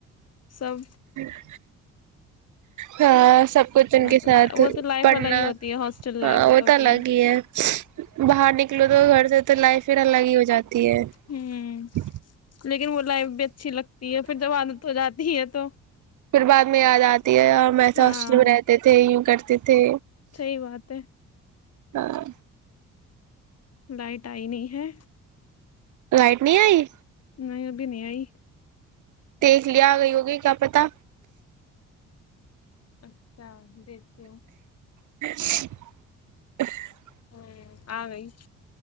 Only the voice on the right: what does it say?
<inaudible> ہاں سب کچھ ان کے
ساتھ
پڑھنا
ہاں وہ تو الگ
ہی ہے باہر نک لو تو گھر سے تو لائف ہی الگ ہی ہو جات ہے ت
ہے
پھر بعد میں یاد آتی ہے ہم ایسے
ہاسٹل میں رہتے تھے ی کرتے ت تے
ہاں
لائٹ نہیں آئی
دیکھ لیا آ گئی ہوگی کیا پتا
<inaudible>